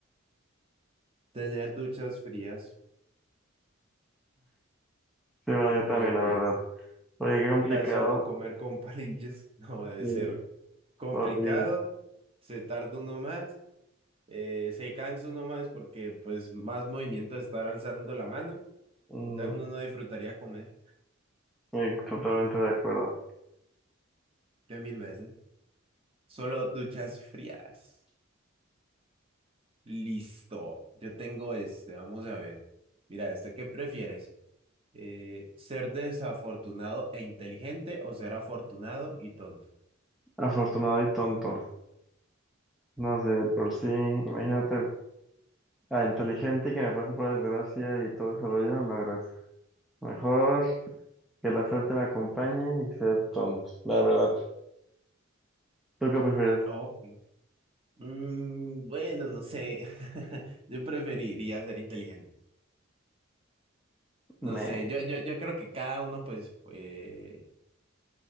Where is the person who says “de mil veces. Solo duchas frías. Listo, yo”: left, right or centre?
Right